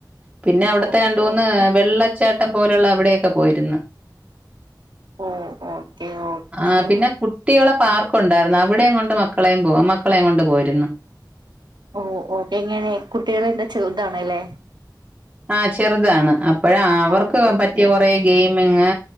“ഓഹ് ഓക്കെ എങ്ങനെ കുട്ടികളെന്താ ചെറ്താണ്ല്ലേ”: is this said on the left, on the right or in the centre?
Right